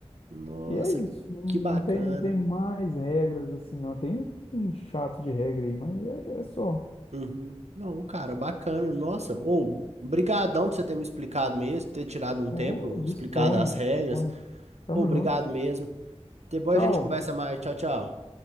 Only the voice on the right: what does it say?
Nossa,
que
bacana.
Uhum. Não, cara, bacana. Nossa, ou brigadão por você ter me explicado mesmo, ter tirado um
tempo,
explicado as regras.
Ou obrigado
mesmo. Depois
a gente conversa mais. Tchau, tchau.